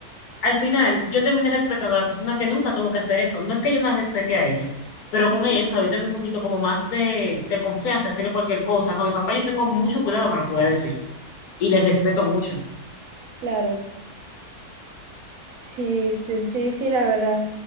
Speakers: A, on the left; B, on the right.
A: al final yo terminé respetando a la persona que nunca tuvo que hacer eso. No es que yo no la respete a ella, pero
B: Ujú,
A: con ella, ¿sabes? Tengo un poquito como más de, de confianza, hacerle cualquier cosa. Con mi papá yo tengo mucho cuidado con lo que voy a decir y les respeto mucho.
B: Claro, sí, este, sí, sí, la verdad.